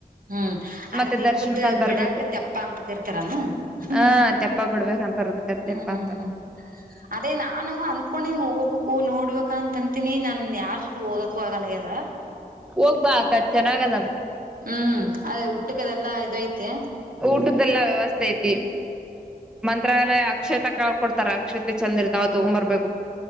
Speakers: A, on the right (about 65°); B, in the centre.
A: ಹ್ಮ್ ಅದೇ
B: ಮತ್ತೆ
A: ದೀಪದ
B: ದರ್ಶನ್ಕಂದ ಬರ್ಬೇಕು
A: ಬಿಡಾಕ ತೆಪ್ಪ ಅಂತ ಕರಿತಾರಾನ ಹ್ಮ್
B: ಹ ತೆಪ್ಪ ಬಿಡ್ಬೇಕಂತಾರ
A: ಹ್ಮ್
B: ತೆಪ್ಪ
A: ಹ್ಮ್
B: ಅಂತ
A: ಅದೇನಾ ವು ಅನ್ಕೊಂಡಿ ನೀ ಹೋಗ್ಬೇಕು ನೋಡ್ಬೇಕ ಅಂತ ಅಂತೀನಿ ನನ್ ಯಾರ್ ಜೊತೆ ಹೋಗಕು ಆಗಲ್ಲ ಯದ
B: ಹೋಗ್ಬಾಕ ಚೆನ್ನಾಗದ
A: ಹ್ಮ್ ಅದೇ ಊಟಕ್ಕೆದೆಲ್ಲ ಇದು ಐತಿ
B: ಊಟದ್ದೆಲ್ಲಾ ವ್ಯವಸ್ಥೆ ಐತಿ ಮಂತ್ರಾಲಯ ಅಕ್ಷತ ಕ ಕೊಡ್ತಾರೆ ಅಕ್ಷತೆ ಚಂದ ಇರ್ತಾವ ತ ತೊಗೊಬರ್ಬೇಕು